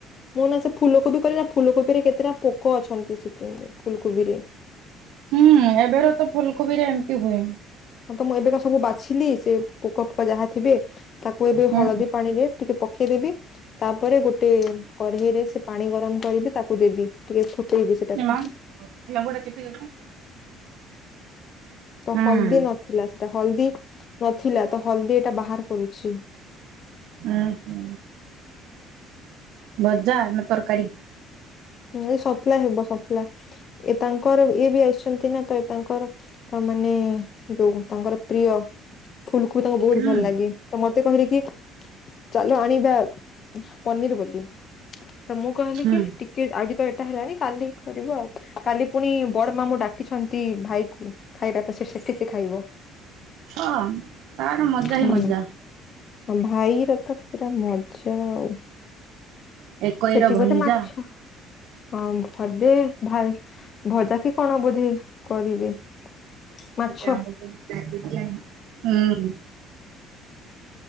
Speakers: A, on the left; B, on the right.
A: ମୁଁ ନା ସେ ଫୁଲକୋବି କରିନା ଫୁଲକୋବିରେ କେତେଟା ପୋକ ଅଛନ୍ତି ସେଥି ଫୁଲକୋବିରେ।
B: ହୁଁ ଏବେର ତ ଫୁଲକୋବିରେ ଏମିତି ହୁଏ!
A: ହଁ ତ ମୁଁ ଏବେକା ସବୁ ବାଛିିଲି ସେ ପୋକ ଫୋକ ଯାହା ଥିବେ ତାକୁ ଏବେ
B: ହୁଁ
A: ହଳଦୀ ପାଣି ରେ ଟିକେ ପକେଇଦେବି ତାପରେ ଗୋଟେ କରେହିରେ ସେ ପାଣି ଗରମ କରିବି ତାକୁ ଦେବି ଟିକେ ଫୁଟେଇବି ସେଟାକୁ।
B: ଏ ମା ଲେମ୍ବୁ ଟା ଚିପିଦେଲୁ।
A: ତ
B: ହୁଁ
A: ହଳଦୀ ନଥିଲା ସେଟା ହଳଦୀ ନଥିଲା ତ ହଳଦୀ ଏଇଟା ବାହାର କରୁଛି।
B: ହଁ ଭଜା ନା ତରକାରୀ।
A: ହଁ ସନ୍ତୁଳା ହେବ ସନ୍ତୁଳା ଇଏ ତାଙ୍କର ଇଏ ବି ଆସିଚନ୍ତିନା ତ ତାଙ୍କର ତା ମାନେ ଯୋଉ ତାଙ୍କର ପ୍ରିୟ। ଫୁଲକୋ ତାଙ୍କୁ ବୋହୁତ୍
B: ହୁଁ
A: ଭଲ୍ ଲାଗେ। ତ ମତେ କହିଲେ କି ଚାଲ ଆଣିବା ପନିର୍ ବୋଲି। ତ ମୁଁ କହିଲି
B: ହୁଁ
A: କି ଟି କି ଆଜି ତ ଏଟା ହେଲାଣି କାଲି କରିବ ଆଉ କାଲି ପୁଣି ବଡ ମାମୁଁ ଡ଼ାକିଛ ନ୍ତି ଭାଇକୁ ଖାଇବା ଟା ସେ ସେଠି ସେ ଖାଇବ
B: ହଁ ତାର ମଜା
A: ହୁଁ।
B: ହଁ ମଜା।
A: ହଁ ଭାଇର ତ ପୁରା ମଜା ଆଉ
B: ଏକଇର
A: ସେଠି
B: ଭଞ୍ଜା।
A: ବୋଧେ ମାଛ ହଁ ବୋଧେ ଭା ଭଜାକି କଣ ବୋଧେ କରିବେ ମାଛ
B: ଟିକେ ଆମ୍ବୁଲ ମାଗିକି ଆଣିବି ହୁଁ